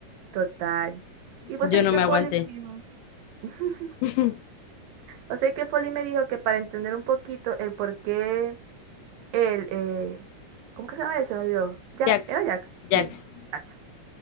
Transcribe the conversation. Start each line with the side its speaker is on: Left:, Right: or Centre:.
Right: Total. Y pues
Left: Yo
Right: ahí
Left: no
Right: que
Left: me
Right: Foley
Left: aguanté.
Right: me dijo. <laughs>
Left: <laughs>
Right: O sea que Foley me dijo que para entender un poquito el por qué él, eh, ¿cómo que se llama él? Se me olvidó. Jack,
Left: Jax,
Right: ¿era Jack? Sí,
Left: Jax.
Right: Jax.